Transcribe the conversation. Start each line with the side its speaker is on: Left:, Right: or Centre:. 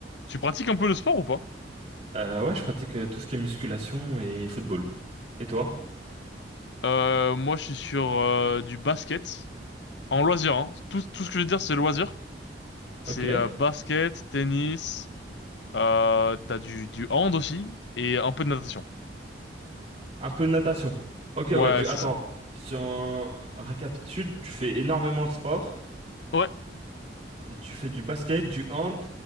Left: Tu pratiques un peu le sport ou pas?
Right: Euh, ouais, je pratique euh, tout ce qui est musculation et football. Et toi?
Left: Euh, moi, je suis sur euh, du basket en loisir. hein. Tout, tout ce que je veux dire, c'est loisir. C'est
Right: Ok.
Left: euh, basket, tennis, euh, t'as du, du hand aussi et un peu de natation.
Right: Un peu de natation. Ok, ouais,
Left: Ouais,
Right: du... attends.
Left: c'est ça.
Right: Si on récapitule, tu fais énormément de sport.
Left: Ouais,
Right: Tu fais du basket, du hand